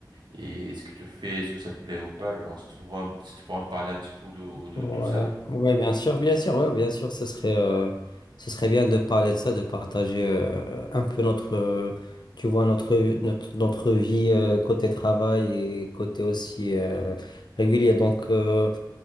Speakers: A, on the right (about 70°); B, on the left (about 70°).
A: et est-ce que tu fais, est-ce que ça te plaît ou pas, genre si tu pourras, si tu pourras me parler un petit peu de, de
B: ouais,
A: tout ça.
B: ouais, bien sûr, bien sûr, ouais, bien sûr, ce serait, euh, ce serait bien de parler de ça, de partager euh, un peu notre, euh, tu vois, notre, notre, notre vie euh, côté travail et côté aussi euh, régulier. Donc, euh,